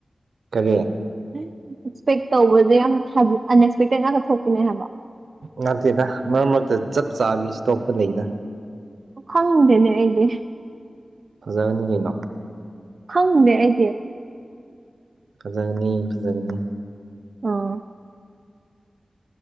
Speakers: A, on the right (about 85°); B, on the right (about 60°).
A: ꯀꯔꯤ
B: ꯑꯦꯛꯁꯄꯦꯛ ꯇꯧꯕꯁꯦ ꯌꯥꯝ ꯑꯟꯑꯦꯛꯁꯄꯦꯛꯇꯦꯠ ꯉꯥꯛꯇ ꯊꯣꯛꯄꯅꯦ ꯍꯥꯏꯕ
A: ꯅꯠꯇꯦꯗ ꯃꯔꯛ ꯃꯔꯛꯇ ꯆꯞ ꯆꯥꯕꯤ ꯇꯣꯛꯄ ꯂꯩꯗ
B: ꯈꯪꯗꯦꯅꯦ ꯑꯩꯗꯤ
A: ꯐꯖꯔꯅꯤ ꯀꯩꯅꯣ
B: ꯈꯪꯗꯦ ꯑꯩꯗꯤ
A: ꯐꯖꯒꯅꯤ ꯐꯖꯒꯅꯤ
B: ꯑꯣ